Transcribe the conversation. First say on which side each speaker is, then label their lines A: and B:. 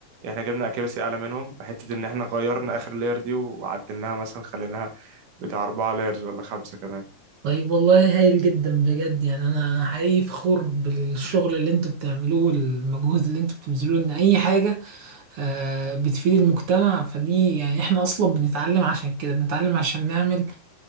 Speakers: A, on the right; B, on the right.
A: إحنا جبنا أكيرسي أعلى منهم حتة إن إحنا غيرنا آخر لاير دي وعدلناها مثلا خليناها بتاع أربعة لايرز ولا خمسة كمان
B: طيب والله هايل جدا بجد يعني انا حقيقي فخور بالشغل اللي انتوا بتعملوه والمجهود اللي انتوا بتبذلوه ان اي حاجة آه، بتفيد المجتمع فدي يعني احنا اصلا بنتعلم عشان كده بنتعلم عشان نعمل